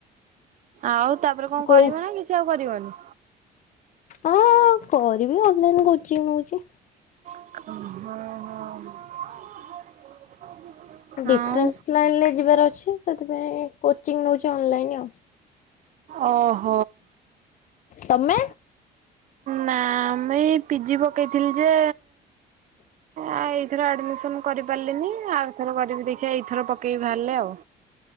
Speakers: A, on the right; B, on the left.
A: ଆଉ ତାପରେ କଣ
B: କୋଉ
A: କରିବ ନା କିଛି ଆଉ କରିବନି?
B: ଅଁ କରିବି, ଅନଲାଇନ କୋଚିଂ ନଉଛି।
A: ହଁ ହଁ।
B: ଡିଫିରେନ୍ସ
A: ଆଉ
B: ଲାଇଲିରେ ଯିବାର ଅଛି, ସେଥିପାଇଁ କୋଚିଙ୍ଗ୍ ନଉଛି ଅଲଲାଇନ ଆଉ।
A: ଅହ।
B: ତମେ?
A: ନା, ଆମେ ପିଜି ପକେଇଥିଲି ଯେ ଆ ଏଇଥର ଆଡମିସନ କରିପାରିଲିନି, ଆଉ ଥର କରିବି ଦେଖିବା, ଏଇଥର ପକେଇବି ବାହାରିଲେ ଆଉ।